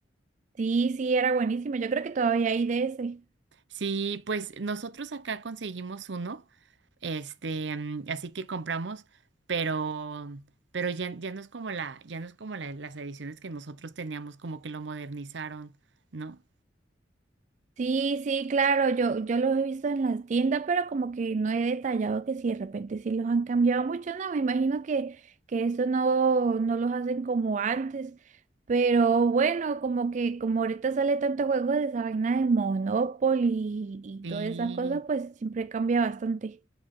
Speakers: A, on the right (about 40°); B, on the right (about 75°).
A: Sí, sí, era buenísimo. Yo creo que todavía hay de ese.
B: Sí, pues nosotros acá conseguimos uno. Este, mm, así que compramos, pero, pero ya, ya no es como la, ya no es como la- las ediciones que nosotros teníamos, como que lo modernizaron, ¿no?
A: Sí, sí, claro, yo, yo los he visto en las tiendas, pero como que no he detallado que si de repente sí los han cambiado mucho, no, me imagino que, que eso no, no los hacen como antes. Pero bueno, como que como ahorita sale tanto juego de esa vaina de Monopoly y, y
B: Sí,
A: todas esas cosas, pues siempre cambia bastante.